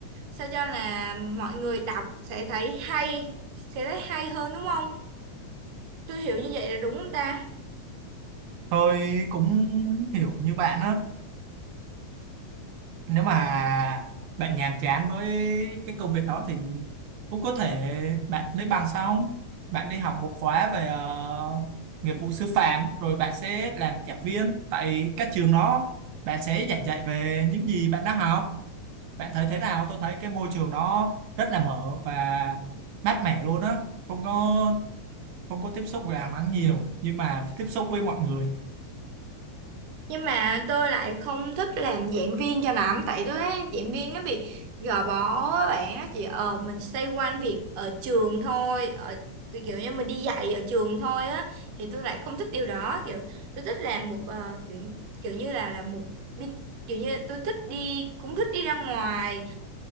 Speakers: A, on the right (about 70°); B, on the right (about 85°).
A: sao cho là mọi người đọc sẽ thấy hay sẽ thấy hay hơn đúng không tôi hiểu như vậy là đúng không ta
B: tôi cũng hiểu như bạn á nếu mà bạn nhàm chán với cái công việc đó thì cũng có thể bạn lấy bằng xong bạn đi học một khóa về ờ, nghiệp vụ sư phạm rồi bạn sẽ làm giảng viên tại các trường đó bạn sẽ giảng dạy về những gì bạn đã học bạn thấy thế nào tôi thấy cái môi trường đó rất là mở và mát mẻ luôn á không có không có tiếp xúc với ánh nắng nhiều nhưng mà tiếp xúc với mọi người
A: nhưng mà tôi lại không thích làm giảng viên cho lắm tại tôi thấy giảng viên nó bị gò bó á bạn nó chỉ ờ mình xoay quanh việc ở trường thôi ở thì kiểu như mình đi dạy ở trường thôi á thì tôi lại không thích điều đó kiểu tôi thích làm một ờ, kiểu kiểu như là là một bin- kiểu như tôi thích đi cũng thích đi ra ngoài